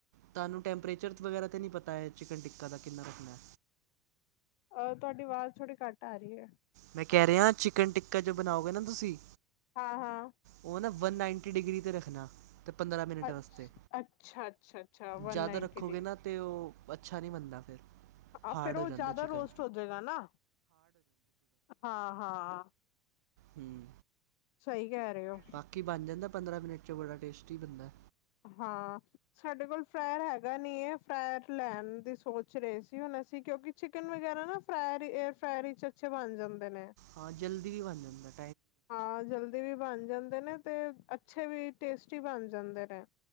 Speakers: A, on the right (about 80°); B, on the left (about 60°).
A: ਤਾਂਨੂੰ ਟੈਂਪਰੇਚਰ ਵਗੈਰਾ ਤਾਂ ਨੀਂ ਪਤਾ ਐ, ਚਿਕਨ ਟਿੱਕਾ ਦਾ ਕਿੰਨਾ ਰੱਖਨੈ?
B: ਅਹ, ਤੁਆੱਡੀ ਵਾਜ ਥੋੜ੍ਹੀ ਘੱਟ ਆ ਰਈ ਐ।
A: ਮੈਂ ਕਹਿ ਰਿਆਂ, ਚਿਕਨ ਟਿੱਕਾ ਜੇ ਬਨਾਓਗੇ ਨਾ ਤੁਸੀ?
B: ਹਾਂ ਹਾਂ।
A: ਉਹ ਨਾ ਵਨ ਨਾਈਨਟੀ ਡਿਗਰੀ 'ਤੇ ਰੱਖਣਾ। ਅਤੇ ਪੰਦਰਾਂ ਮਿੰਟ
B: ਅੱਛ
A: ਵਾਸਤੇ
B: ਅੱਛਾ, ਅੱਛਾ, ਅੱਛਾ ਵਨ
A: ਜ਼ਿਆਦਾ
B: ਨਾਈਨਟੀ
A: ਰੱਖੋਗੇ
B: ਡੇ।
A: ਨਾ। ਤੇ ਉਹ ਅੱਛਾ ਨਹੀਂ ਬਨਦਾ ਫਿਰ।
B: ਆਹ
A: ਹਾਰਡ
B: ਫੇਰ ਉਹ
A: ਹੋ
B: ਜ਼ਿਆਦਾ
A: ਜਾਂਦਾ ਚਿਕਨ
B: ਰੋਸਟ ਹੋ ਜਾਏਗਾ ਨਾ ਹਾਂ ਹਾਂ।
A: ਹਮ।
B: ਸਹੀ ਕਹਿ ਰਹੇ ਹੋ।
A: ਬਾਕੀ ਬਣ ਜਾਂਦਾ ਪੰਦਰਾਂ ਮਿੰਟ 'ਚ ਬੜਾ ਟੇਸਟੀ ਬਣਦਾ।
B: ਹਾਂ। ਸਾਡੇ ਕੋਲ ਫਰੈਰ ਹੈਗਾ ਨਹੀਂ ਹੈ ਫਰੈਰ ਲੈਣ ਦੀ ਸੋਚ ਰਹੇ ਸੀ ਹੁਣ ਅਸੀਂ ਕਿਉਂਕਿ। ਚਿਕਨ ਵਗੈਰਾ ਨਾ ਫਰਾਰ ਏਅਰ ਫਰਾਈਡ ਵਿੱਚ ਅੱਛੇ ਬਣ ਜਾਂਦੇ ਨੇ।
A: ਹਾਂ ਜਲਦੀ ਵੀ ਬਣ ਜਾਂਦਾ ਏ।
B: ਹਾਂ ਜਲਦੀ ਵੀ ਬਣ ਜਾਂਦੇ ਨੇ ਤੇ ਅੱਛੇ ਵੀ ਟੇਸਟੀ ਬਣ ਜਾਂਦੇ ਨੇ।